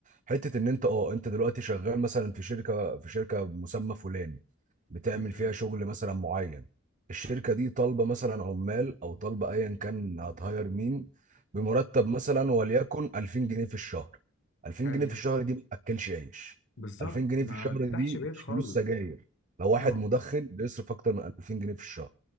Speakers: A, on the right; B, on the left.
A: حتة إن أنت أه أنت دلوقتي شغال مثلا في شركة في شركة بمسمى فلاني بتعمل
B: امم
A: فيها شغل مثلا معين الشركة دي طالبة مثلا عمال أو طالبة أيا كان هتهاير مين بمرتب مثلا وليكن 2000 جنيه في الشهر 2000
B: حلو
A: جنيه في الشهر دي ما تأكلش عيش
B: بالظبط
A: 2000 جنيه
B: ما
A: في الشهر
B: ما تفتحش
A: دي
B: بيت
A: مش
B: خالص
A: فلوس سجاير لو واحد
B: اه
A: مدخن بيصرف أكتر من 2000 جنيه في الشهر